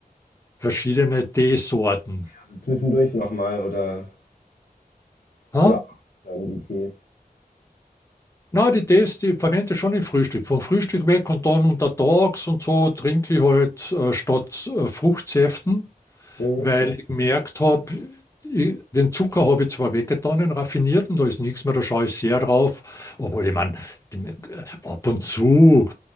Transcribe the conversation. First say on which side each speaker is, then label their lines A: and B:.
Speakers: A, on the left; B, on the left.
A: verschiedene Teesorten.
B: also zwischendurch nochmal oder,
A: Ha?
B: oder abends dann die Tees.
A: Na, die Tees, die verwende ich schon im Frühstück. Vom Frühstück weg und dann untertags und so trinke ich halt äh, statt äh, Fruchtsäften
B: Hm?
A: weil ich gemerkt habe, ich- den Zucker habe ich zwar weggetan, den raffinierten, da ist nichts mehr, da schaue ich sehr drauf. Obwohl, ich meine, ich bin, nicht- äh, ab und zu